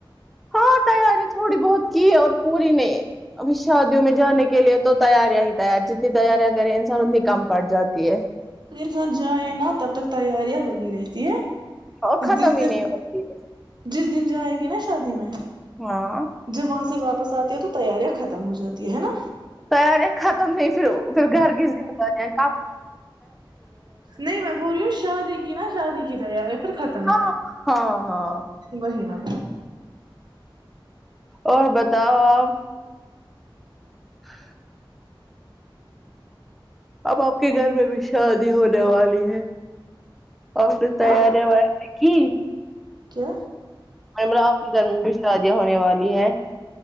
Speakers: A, in the centre; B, on the right.
A: ہاں تیاری تھوڑی بہت کی اور پوری نہیں ابھی شادیوں میں جانے کے لیے تو تیاریاں ہی تیار جتنی تیاریاں کرے انسان اتنی کم پڑ جاتی ہے
B: ان جاے نا تب تک تیاریاں لگی رہتی ہیں
A: اور ختم
B: جس
A: ہی نہیں ہوتی ہے.
B: جس انجوائے گی نا شادی میں
A: ہاں
B: جب وہاں سے واپ واپس آتے ہیں تو تیاریاں ختم ہو جاتی ہے نا
A: تیاریاں ختم پھر گھر کی زمےداریاں
B: نہیں میں بول رہی ہوں شادی کی نا شادی <unintelligible> پھر ختم
A: ہاں ہاں ہاں
B: وہی میں
A: اور بتاؤ آپ <unintelligible> اب آپ کے گھر میں بھی شادی ہونے والی ہے <unintelligible>
B: ہاں
A: کی
B: کیا
A: میم میری اف کیرن میں شادی ہونے والی ھے